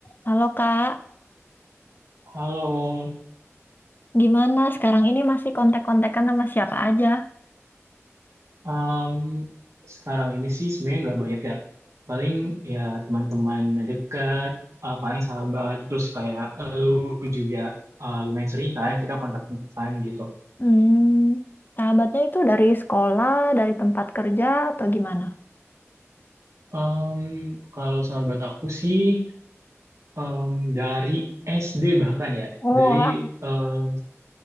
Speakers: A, on the left; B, on the right.
A: Halo Kak,
B: Halo,
A: gimana sekarang ini masih kontak-kontakan sama siapa aja?
B: em, sekarang ini sih sebenarnya nggak banyak ya. Paling ya teman-teman dekat, eh, paling sahabat, terus kayak lu juga eh, lumayan sering kan kita kontak-kontakan gitu.
A: Hmm, sahabatnya itu dari sekolah, dari tempat kerja, atau gimana?
B: Em, kalau sahabat aku sih em, dari SD bahkan ya,
A: Oh,
B: dari
A: wah.
B: em,